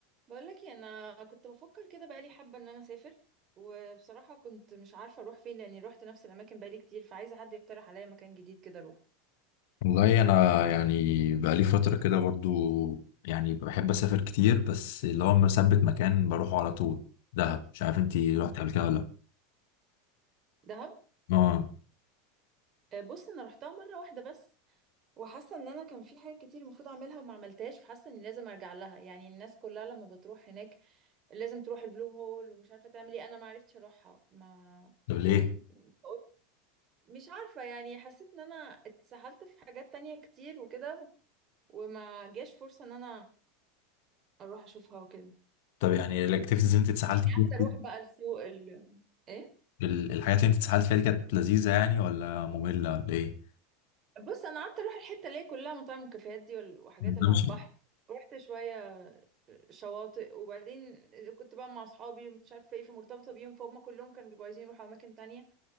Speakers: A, on the right; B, on the left.
A: بقولك إيه، انا كنت بفكر كده بقالي حابه ان انا اسافر وبصراحه كنت مش عارفه اروح فين لاني روحت نفس الاماكن بقالي كتير فعايزه حد يقترح عليا مكان جديد كده اروح
B: والله انا يعني بقالي فتره كده برضو يعني بحب اسافر كتير بس اللي هو مثبت مكان بروحه على طول دهب مش عارف انتي
A: مم.
B: رحت قبل كده ولا لا
A: دهب
B: اه
A: آه، بص انا روحتها مره واحده بس وحاسه ان انا كان في حاجات كتير المفروض اعملها وما عملتهاش فحاسه اني لازم ارجع لها يعني الناس كلها لما بتروح هناك لازم تروح البلو هول ومش عارفه تعمل ايه انا ما عرفتش اروحها ما
B: طب ليه
A: فقلت- مش عارفه يعني حسيت ان انا اتسحلت في حاجات تانية كتير وكده وما جاش فرصة ان انا اروح اشوفها وكده
B: طب يعني الاكتيفيتيز اللي انت اتسحلت
A: يعني
B: فيها
A: قعدت اروح
B: دي،
A: بقى السوق ال... ايه
B: ال- الحاجات اللي انت اتسحلت فيها دي كانت لذيذه يعني ولا ممله ولا ايه
A: بص انا قعدت اروح الحتة اللي هي كلها مطاعم وكافيهات دي وال- وحاجات
B: بمشي
A: اللي على البحر رحت شوية شواطئ وبعدين كنت بقى مع اصحابي ومش عارفه ايه فمرتبطه بيهم فهم كلهم كانوا بيبقوا عايزين يروحوا اماكن تانية